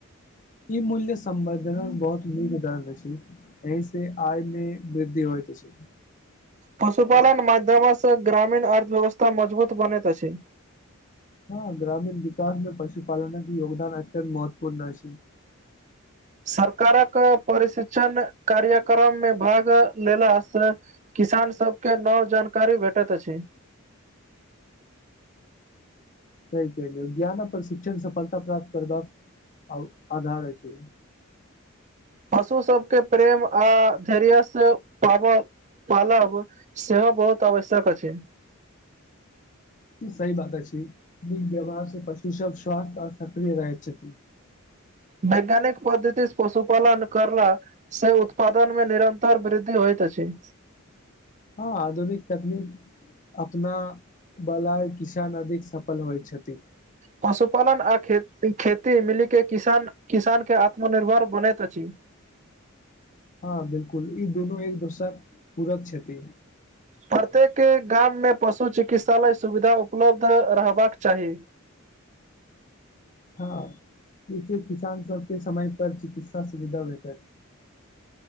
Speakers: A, on the left; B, on the right.
A: इ मूल्य संवर्धन बहुत नीक उदरण अछि एहिसँ आय मे वृद्धि होइत छै।
B: पशुपालन मध्यमासँ ग्रामीण अर्थव्यवस्था मजबूत बनेत अछि
A: ह ग्रामीण विकास मे पशुपालन के योगदान अत्यंत महत्वपूर्ण अछि
B: सरकार कऽ प्रशिक्षण कार्यक्रम मे भाग लेलासँ किसान सभके नव जानकारी भेटैत अछि
A: तहि के लि ज्ञान प्रशिक्षण सफलता प्राप्त करबाक आधर अछि।
B: पशु सभके प्रेम आ धैर्य से पाबल पालव सेहो बहुत आवश्यक अछि छै।
A: ई सही बात अछि। नीक व्यवहार से पशु सभ स्वास्थ्य आऔर सक्रिय रहैत छथिन।
B: वैज्ञानिक पद्धतिस पशुपालन कलऽ से उत्पादन मे निरन्तर वृद्धि होइत अछि।
A: ह आधुनिक तकनीक अपना वाला किसान नदीक सफल होइ छथिन।
B: पशुपालन आ खे खेती मिली के किसान। किसान के आत्मनिर्भर बनैत अछि।
A: ह बिल्कूल ई दुनू एक दोसरा पूरक छथिति।
B: प्रत्येक गाम मे पशु चिकित्सालय सुविधा उपलब्ध रहबाकऽ चाही।
A: हँ जसे किसान सभके समय पर चिकित्सा सुविधा भेटत